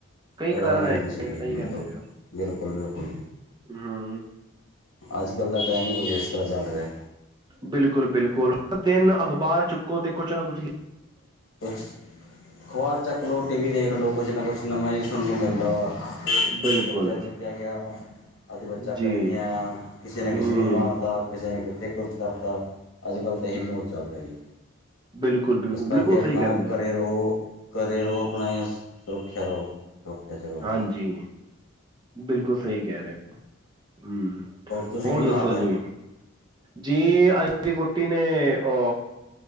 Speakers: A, on the right; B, on the left.
A: ਕਈ
B: ਪਰਵਾਹ
A: ਕਾਰਨ
B: ਨਹੀਂ
A: ਹੈ
B: ਹੁੰਦੀ ਸੀਗੀ
A: ਸਹੀ
B: ਬਿਲਕੁਲ
A: ਕਹਿੰਦੇ ਪਏ ਹੋ,
B: ਬਿਲਕੁਲ ਬਿਲਕੁਲ
A: ਹੂ
B: ਅੱਜ ਕੱਲ ਦਾ ਟਾਈਮ ਹੀ ਕੁੱਝ ਇਸ ਤਰ੍ਹਾਂ ਚੱਲ ਰਿਹਾ
A: ਬਿਲਕੁਲ- ਬਿਲਕੁਲ, ਹਰ ਦਿਨ ਅਖ਼ਬਾਰ ਚੁੱਕੋ ਤੇ ਕੁਛ ਨਾ ਕੁਛ ਹ
B: ਕੁਛ ਅਖ਼ਬਾਰ ਚੱਕ ਲਓ, ਟੀ ਵੀ ਦੇਖ ਲਓ, ਕੁਛ ਨਾ ਕੁਛ ਨਵਾਂ ਹੀ ਸੁਣਨ ਨੂੰ ਮਿਲਦਾ ਵਾ ਔਥੋ
A: ਬਿਲਕੁਲ
B: ਬੱਚਾ ਚੱਕਿਆ ਗਿਆ ਅੱਜ ਬੱਚਾ ਘਰ
A: ਜੀ
B: ਨਹੀਂ ਆਇਆ, ਕਿਸੇ
A: ਹੂੰ
B: ਨੇ ਕਿਸੇ ਨੂੰ ਮਾਰਤਾ ਕਿਸੇ ਨੇ ਕਿੱਥੇ ਕੁਛ ਕਰਤਾ ਅੱਜ ਕਲ ਤਾਂ ਇਹੀ
A: ਜੀ
B: ਮਾਹੌਲ ਚੱਲ ਰਿਹਾ ਜੀ
A: ਬਿਲਕੁਲ, ਬਿਲਕੁਲ
B: ਇਸ ਕਰਕੇ
A: ਬਿਲਕੁਲ
B: ਆਪਣਾ
A: ਸਹੀ ਕਹਿੰਦੇ
B: ਘਰ
A: ਹੋ
B: ਰਹੋ, ਘਰ ਰਹੋ ਆਪਣਾ ਸੋਖੇ ਰਹੋ ਸੁਰੱਖਿਆ 'ਚ ਰਹੋ ਆਪਣਾ
A: ਹਾਂਜੀ ਬਿਲਕੁਲ ਸਹੀ ਕਹਿ ਰਹੇ ਹੋ ਹੂ
B: ਤੁਸੀਂ
A: ਹੋਰ
B: ਕੀ ਬਣਾ
A: ਦੱਸੋ
B: ਲਿਆ
A: ਜੀ ਜੀ ਅਜ ਵੀ ਵੋਟੀ ਨੇ ਓ